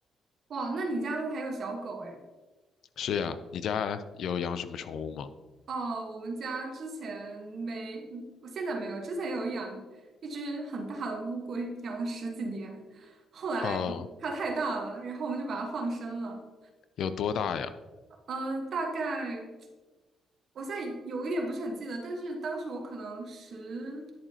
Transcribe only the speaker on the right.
哇，那你家还有小狗哎？
哦，我们家之前没，嗯我现在没有，之前有养一只很大的乌龟，养了十几年，后来它太大了，
然后我们就把它放生了。
嗯，大概。我现在有一点不是很记得，但是当时我可能十，